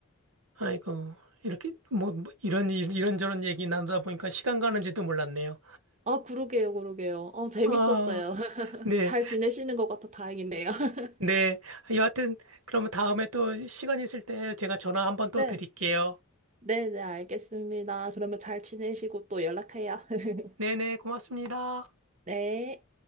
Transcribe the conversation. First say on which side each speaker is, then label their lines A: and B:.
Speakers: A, on the right; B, on the right.
A: 아이고. 이렇게 뭐, 뭐 이런 이- 이런저런 얘기 나누다 보니까 시간 가는지도 몰랐네요.
B: 아, 그러게요, 그러게요. 어, 재밌었어요.
A: 아,
B: <laughs>
A: 네,
B: 잘 지내시는 것 같아 다행이네요. <laughs>
A: 네. 여하튼, 그러면 다음에 또 시간 있을 때 제가 전화 한번 또
B: 네,
A: 드릴게요.
B: 네, 네, 알겠습니다. 그러면 잘 지내시고 또 연락해요. <laughs>
A: 네네, 고맙습니다.
B: 네.